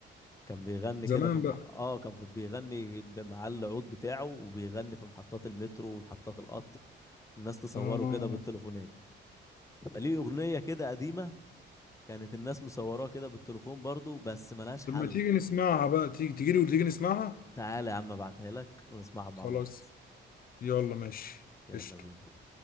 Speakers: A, on the left; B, on the left.
A: كان بيغني
B: زمان
A: كده في مح...
B: بقى
A: اه كان في- بيغني ب- مع العود بتاعه وبيغني في محطات المترو ومحطات القطر والناس تصوره
B: اه
A: كده بالتليفونات فليه أغنية كده قديمة كانت الناس مصوراه كده بالتليفون برضو بس ملهاش حل
B: طب ما تيجي نسمعها بقى تيجي تيجي لي وتيجي نسمعها
A: تعالى يا عم ابعتها لك ونسمعها مع
B: خلاص
A: بعض
B: يلا ماشي
A: يلا
B: قشطة
A: بينا